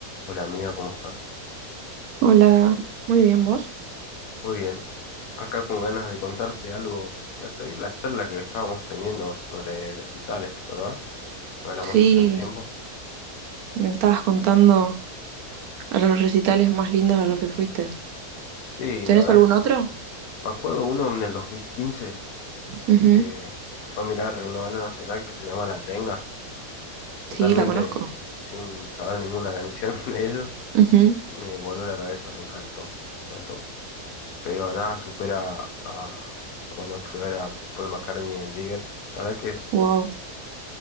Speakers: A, on the left; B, on the right.
A: Hola amiga, ¿cómo estás?
B: Hola, muy bien, ¿vos?
A: Muy bien. Acá con ganas de contarte algo, de seguir la charla que estábamos teniendo sobre recitales, ¿te acordás? Que hablamos
B: Sí,
A: hace un tiempo.
B: me estabas contando a los recitales más lindos a los que fuiste.
A: Sí,
B: ¿Tenés
A: la verdad
B: algún
A: es que
B: otro?
A: sí. Me acuerdo uno en el 2015
B: Ujú,
A: eh, que fue a mirar una banda nacional que se llama La Renga, totalmente
B: Sí, la conozco.
A: sin saber ninguna canción <laughs> de ellos,
B: Ujú,
A: y me voló la cabeza, me encantó, me encantó. Pero nada supera a, a cuando fui a ver a Paul McCartney en River. La verdad que es-
B: Wow.